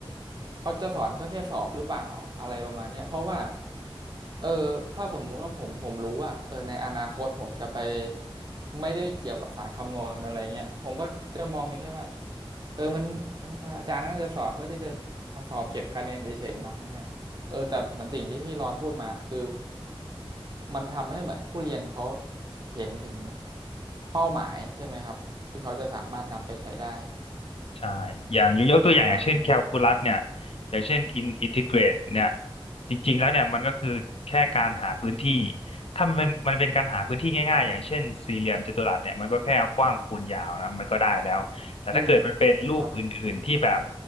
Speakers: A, on the right (about 45°); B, on the left (about 80°).
A: เขาจะสอนเพื่อแค่สอบหรือเปล่าอะไรประมาณเนี้ยเพราะว่าเออถ้าสมมุติว่าผมผมรู้ว่าเออในอนาคตผมจะไปไม่ได้เกี่ยวกับสายคำนวณอะไรเงี้ยผมก็จะมองเพียงแค่ว่าเออมันเอออาจารย์น่าจะสอนเพื่อที่จะเอาสอบเก็บคะแนนเฉยๆมั้งเนี่ยเออแต่เหมือนสิ่งที่พี่รอนพูดมาคือ มันทำให้เหมือนผู้เรียนเขาเห็นถึงเป้าหมายใช่ไหมครับที่เขาจะสามารถนำไปใช้ได้
B: ใช่อย่างยกยกตัวอย่างอย่างเช่นแคลคูลัสเนี่ย
A: ประมาณนั้นไหม
B: อย่างเช่นอินอินทิเกรตเนี่ยจริงๆแล้วเนี่ยมันก็คือแค่การหาพื้นที่ ถ้ามันเป็นมันเป็นการหาพื้นที่ง่ายๆอย่างเช่นสี่เหลี่ยมจัตุรัสเนี่ยมันก็แค่เอากว้างคูณยาวนะมันก็ได้แล้ว แต่ถ้าเกิดมันเป็นรูปอื่นๆที่แบบ
A: อืมครับ